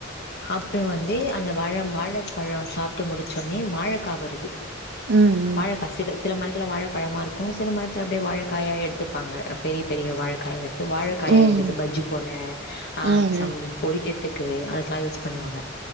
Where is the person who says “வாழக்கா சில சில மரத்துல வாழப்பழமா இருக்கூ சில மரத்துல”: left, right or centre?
Left